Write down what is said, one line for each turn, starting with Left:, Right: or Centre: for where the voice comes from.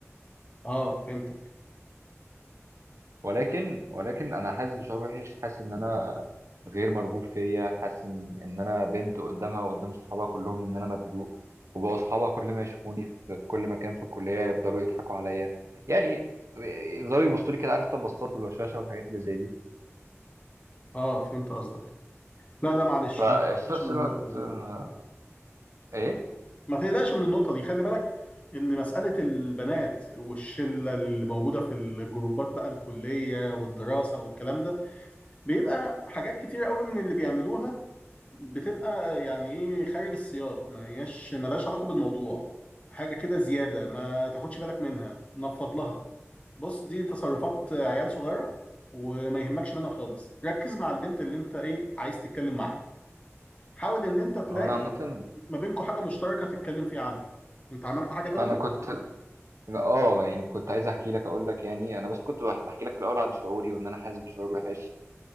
Left: اه فهمتك
Right: ولكن ولكن انا حاسس بشعور وحش حاسس ان انا غير مرغوب فيا حاسس ان ان انا بنت قدامها وقدام صحابها كلهم ان انا مبدوق وبقوا اصحابها كل ما يشوفوني في في كل مكان في الكلية يفضلوا يضحكوا عليا يعني يفضلوا يبصوا لي كده عارف تبصات والوشاشة والحاجات اللي زي دي
Left: اه فهمت قصدك لا لا معلش
Right: ففي
Left: ما تقلقش
Right: نفس
Left: من
Right: الوقت
Left: النقطة دي
Right: آه، ايه
Left: ما تقلقش من النقطة دي خلي بالك إن مسألة البنات والشلة اللي موجودة في الجروبات بقى الكلية والدراسة والكلام ده بيبقى حاجات كتير قوي من اللي بيعملوها بتبقى يعني إيه خارج السياق ما هياش ملهاش علاقة بالموضوع حاجة كده زيادة ما تاخدش بالك منها نفض لها بص دي تصرفات عيال صغيرة وما يهمكش منها خالص ركز مع البنت اللي أنت إيه عايز تتكلم معاها حاول إن أنت تلاقي
Right: هو انا عامة
Left: ما بينكم حاجة مشتركة تتكلم فيها عنها أنت عملت حاجة تانية؟
Right: انا كنت اه يعني كنت عايز احكي لك اقول لك يعني انا بس كنت بح- بحكي لك في الاول عن شعوري وان انا حاسس بشعور وحش